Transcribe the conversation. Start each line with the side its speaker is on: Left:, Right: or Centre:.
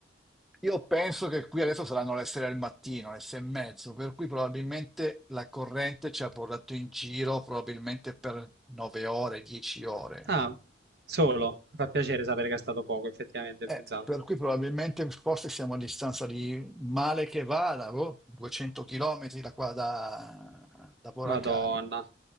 Centre: Io penso che qui adesso saranno le 6 del mattino, le 6 e mezzo, per cui probabilmente la corrente ci ha portato in giro probabilmente per 9 ore, 10 ore.
Right: ah, solo. Mi fa piacere sapere che è stato poco, effettivamente,
Centre: Eh,
Right: pensate.
Centre: per cui probabilmente forse siamo a distanza di male che vada, boh, 200 km da qua da, da Boracay.
Right: Madonna,